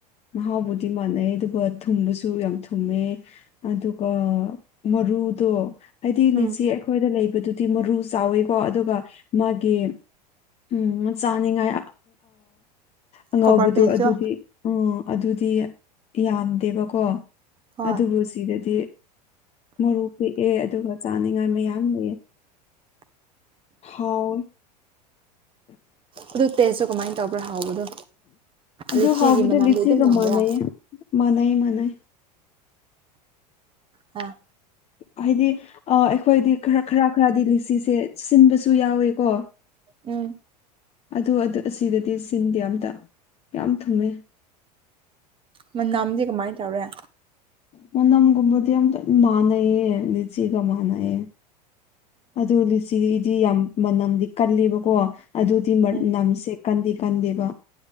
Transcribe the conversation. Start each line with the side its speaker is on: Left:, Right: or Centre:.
Left: ꯃꯍꯥꯎꯕꯨꯗꯤ ꯃꯥꯟꯅꯩ ꯑꯗꯨꯒ ꯊꯨꯝꯕꯁꯨ ꯌꯥꯝ ꯊꯨꯝꯃꯦ ꯑꯗꯨꯒ ꯃꯔꯨꯗꯣ ꯍꯥꯏꯗꯤ ꯂꯤꯆꯤ
Right: ꯎꯝ
Left: ꯑꯩꯣꯏꯗ ꯂꯩꯕꯗꯨꯗꯤ ꯃꯔꯨ ꯆꯥꯎꯋꯤꯀꯣ ꯑꯗꯨꯒ ꯃꯥꯒꯤ ꯎꯝ ꯆꯥꯅꯤꯡꯉꯥꯏ ꯑꯉꯥꯎꯕꯗꯣ
Right: ꯀꯣꯕꯔ ꯄꯦꯁꯇꯣ
Left: ꯑꯗꯨꯗꯤ ꯑꯣ ꯑꯗꯨꯗꯤ ꯌꯥꯝꯗꯦꯕꯀꯣ
Right: ꯍꯣꯏ
Left: ꯑꯗꯨꯕꯨ ꯁꯤꯗꯗꯤ ꯃꯔꯨ ꯄꯤꯛꯑꯦ ꯑꯗꯨꯒ ꯆꯥꯅꯤꯡꯉꯥꯏ ꯃꯌꯥꯝ ꯂꯩꯑꯦ ꯍꯥꯎꯌ‌ꯦ
Right: ꯑꯗꯨ ꯇꯦꯁꯇꯨ ꯀꯃꯥꯏꯅ ꯇꯧꯕ꯭ꯔꯥ ꯍꯥꯎꯕꯗꯣ
Left: ꯑꯗꯨ
Right: ꯂꯤꯆꯤꯒꯤ
Left: ꯍꯥꯎꯕꯗꯤ
Right: ꯃꯅꯝꯗꯤ
Left: ꯂꯤꯆꯤꯒ
Right: ꯑꯗꯨꯝ ꯅꯝꯕ꯭ꯔꯥ
Left: ꯃꯥꯟꯅꯩꯌꯦ ꯃꯥꯟꯅꯩ ꯃꯥꯟꯅꯩ
Right: ꯍꯥꯥ
Left: ꯍꯥꯏꯗꯤ ꯑ ꯑꯩꯈꯣꯏꯗꯤꯔ ꯈꯔ ꯈꯔꯗꯤ ꯂꯤꯆꯤꯁꯦ ꯁꯤꯟꯕꯁꯨ ꯌꯥꯎꯋꯦꯀꯣ
Right: ꯎꯝ
Left: ꯑꯗꯨ ꯑꯁꯤꯗꯗꯤ ꯁꯤꯟꯗꯤ ꯑꯇ ꯌꯥꯝ ꯊꯨꯝꯃꯦ
Right: ꯃꯅꯥꯝꯁꯦ ꯀꯃꯥꯏꯅ ꯇꯧꯔꯦ
Left: ꯃꯝꯒꯨꯝꯕꯗꯤ ꯌꯥꯝ ꯃꯥꯅꯌꯦ ꯅꯅꯤꯆꯤꯒ ꯃꯥꯅꯑꯦ ꯑꯗꯨ ꯂꯤꯁꯤꯗꯤ ꯌꯥꯝ ꯃꯅꯝꯗꯤ ꯀꯂꯕꯀꯣ ꯑꯗꯨ ꯁꯤ
Right: ꯎꯝ
Left: ꯅꯝꯁꯦ ꯀꯟꯗꯤꯦ ꯀꯟꯗꯦꯕ